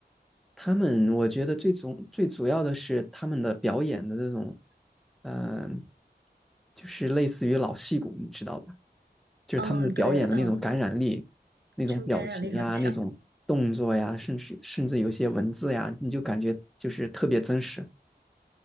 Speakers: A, in the centre; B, on the right (about 80°).
A: 他们我觉得最主最主要的是他们的表演的这种，嗯、就是类似于老戏骨，你知道吧？就是他们的表演的那种感染力，
B: 嗯，对，嗯，
A: 那种表情呀，
B: 就感染力很强。
A: 那种动作呀，甚至甚至有些文字呀，你就感觉就是特别真实，